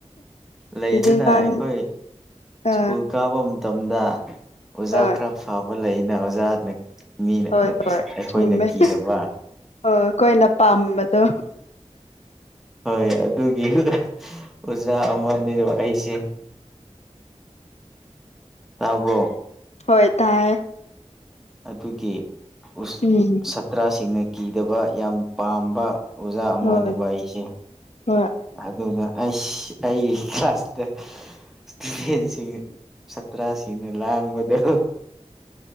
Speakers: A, in the centre; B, on the left.
A: ꯂꯩꯗꯨꯅ
B: ꯑꯗꯨꯗꯤ ꯅꯪ
A: ꯑꯩꯈꯣꯏ
B: ꯑ
A: ꯁ꯭ꯀꯨꯜ ꯀꯥꯕ ꯃꯇꯝꯗ ꯑꯣꯖꯥ
B: ꯍꯣꯏ
A: ꯈꯔ ꯐꯕ ꯂꯩꯅ ꯑꯣꯖꯥꯅ ꯃꯤꯅ
B: ꯍꯣꯏ ꯍꯣꯏ
A: ꯑꯩꯈꯣꯏꯅ
B: ꯆꯨꯝꯃꯦ
A: ꯀꯤꯗꯕ ꯍ
B: ꯍꯣꯏ ꯑꯩꯈꯣꯏꯅ ꯄꯥꯝꯕꯗꯣ
A: ꯍ ꯍꯣꯏ ꯑꯗꯨꯒꯤ ꯑꯣꯖꯥ ꯑꯃꯅꯦꯕ ꯑꯩꯁꯦ ꯇꯥꯕ꯭ꯔꯣ
B: ꯍꯣꯏ ꯇꯥꯏꯌꯦ
A: ꯑꯗꯨꯒꯤ ꯎꯁ
B: ꯎꯨꯝ
A: ꯁꯥꯇ꯭ꯔꯁꯤꯡꯅ ꯀꯤꯗꯕ ꯌꯥꯝ ꯄꯥꯝꯕ ꯑꯣꯖꯥ ꯑꯃꯅꯦꯕ
B: ꯍꯣꯏ
A: ꯑꯩꯁꯦ
B: ꯍꯣꯏ
A: ꯑꯗꯨꯅ ꯑꯁ ꯑꯩꯒꯤ ꯀ꯭ꯂꯥꯁꯇ ꯏꯁꯇꯨꯗꯦꯟꯁꯤꯡ ꯇ꯭ꯔꯥꯁꯤꯡꯅ ꯂꯥꯥꯡꯕꯗ